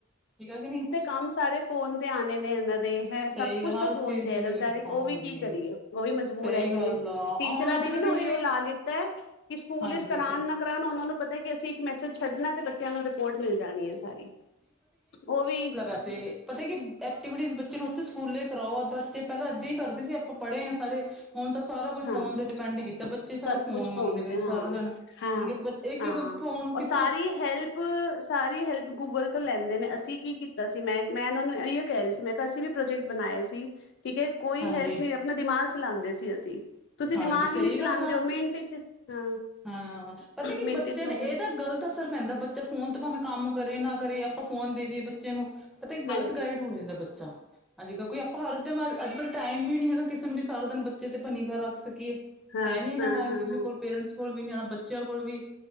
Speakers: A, in the centre; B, on the left.
A: ਠੀਕ ਹੈ ਕਿ ਨਹੀ?
B: ਕਮ ਸਾਰੇ ਫੋਨ ਤੇ ਆਣੇ ਨੇ ਹੋਹ। ਰੇ ਹੈ ਸਭ
A: ਸਹੀ
B: ਕੁਛ
A: ਹਰ
B: ਤਾਂ ਫੋਨ
A: ਚੀਜ਼
B: ਤੇ ਹੈਗਾ, ਵਿਚਾਰੇ
A: ਹਾਂਜੀ
B: ਓਹ ਵੀ ਕੀ ਕਰੀਏ ਓਹ ਵੀ ਮਜਬੂਰ
A: ਸਹੀ
B: ਹੈਗੇ
A: ਗੱਲ
B: ਨੇ।
A: ਆ
B: ਟੀਚਰਾਂ
A: ਹੁਣ ਅੱਜ
B: ਨੇ
A: ਕੱਲ
B: ਵੀ ਨਾ
A: ਕਹਿੰਦੇ
B: ਓਹੀਓ ਲਾ ਲਿੱਤਾ ਕਿ ਸਕੂਲ
A: ਹਾਂਜੀ
B: ਇਚ ਕਰਾਣ
A: ਸਹੀ
B: ਨਾ ਕਰਾਣ ਓਹਨਾਂ ਨੂੰ ਪਤਾ ਕਿ ਅਸੀਂ ਇੱਕ ਮੈਸੇਜ ਛੱਡਣਾ ਤੇ ਬੱਚ ਚਿਆਂ ਨੂੰ ਰਿਪੋਰਟ ਮਿਲ ਜਾਣੀ ਏ ਸਾਰੀ, ਓਹ ਵੀ
A: ਅਸੀ ਪਤਾ ਕਿ ਐਕਟੀਵਿਟੀ ਬੱਚੇ ਨੂੰ ਉੱਥੇ ਸਕੂਲੇ ਕਰਾਓ, ਬੱਚੇ ਪੈਲਾਂ ਏਦਾਂ ਹੀ ਕਰਦੇ ਸੀ, ਅਪਾਂ ਪੜ੍ਹੇ ਹਾਂ ਸਾਰੇ। ਹੁਣ ਤਾਂ ਸਾਰਾ ਕੁਛ
B: ਹਾਂ
A: ਫੋਨ ਤੇ ਡਿਪੈਂਡ ਕੀਤਾ, ਬੱਚੇ
B: ਸਭ
A: ਸਾਰੇ ਫੋਨ
B: ਕੁਛ
A: ਮੰਗਦੇ ਰੈੰਦੇ
B: ਤੇ ਹਾਂ
A: ਸਾਰਾ ਦਿਨ।
B: ਹਾਂ
A: ਹੁਣ ਬਚੇ ਇੱਕ-ਇੱਕ
B: ਹਾਂ
A: ਫੋਨ
B: ਔਰ
A: ਕਿ
B: ਸਾਰੀ ਹੈਲਪ ਸਾਰੀ ਹੈਲਪ ਗੂਗਲ ਤੋਂ ਲੈਂਦੇ ਨੇ, ਅਸੀਂ ਕੀ ਕੀਤਾ ਸੀ ਮੈਂ- ਮੈਂ ਏਨਾਂ ਨੂੰ ਏਹਿਔ ਕੈਹਰੀ ਸੀ ਮੈਂ ਕਿਹਾ ਅਸੀਂ ਵੀ ਪ੍ਰੋਜੈਕਟ ਬਣਾਏ ਸੀ। ਠੀਕ ਹੈ, ਕੋਈ
A: ਹਾਂਜੀ
B: ਹੈਲਪ ਨੀ ਅਪਣਾ ਦਿਮਾਗ ਚਲਾੰਦੇ ਸੀ ਅਸੀਂ। ਤੁਸੀਂ
A: ਹਾਂਜੀ
B: ਦਿਮਾਗ ਹੀ
A: ਸਹੀ
B: ਨੀ ਚਲਾੰਦੇ
A: ਗੱਲ ਆ
B: ਹੋ ਮਿੰਟ ਇਚ, ਹਾਂ।
A: ਹਾਂ, ਪਤਾ ਕੀ
B: ਮਿੰਟ
A: ਬੱਚੇ
B: ਚ
A: ਨੇ
B: ਗੂਗਲ
A: ਇਹ ਤਾਂ ਗਲਤ ਅਸਰ ਪੈਂਦਾ ਬੱਚਾ ਫੋਨ ਤੇ ਭਾਵੇਂ ਕੰਮ ਕਰੇ ਨਾ ਕਰੇ ਆਪਾਂ ਫੋਨ ਦੇ ਦੀਈਏ ਬੱਚੇ ਨੂੰ। ਪਤਾ, ਗਲਤ
B: ਹਾਂਜੀ
A: ਗਾਈਡ ਹੋ ਜਾਂਦਾ ਬੱਚਾ ਹਾਂਜੀ, ਕਿਉਂਕਿ ਆਪਾਂ ਹਰ ਟਾਈਮ ਅੱਜ-ਕੱਲ੍ਹ ਟਾਈਮ ਵੀ ਨੀ ਹੈਗਾ ਕਿਸੇ ਨੂੰ ਵੀ ਸਾਰਾ ਦਿਨ ਬੱਚੇ ਤੇ ਉਪਰ ਨਿਗਾਹ ਰੱਖ ਸਕੀਏ,
B: ਹਾਂ
A: ਹੈਨੀ ਇੰਨਾ
B: ਹਾਂ
A: ਟਾਈਮ
B: ਹਾਂ
A: ਕਿਸੇ
B: ਹਾਂ
A: ਕੋਲ ਪੇਰੈਂਟਸ ਕੋਲ ਵੀ ਨੀ ਜਾਣਾ ਬੱਚਿਆਂ ਕੋਲ ਵੀ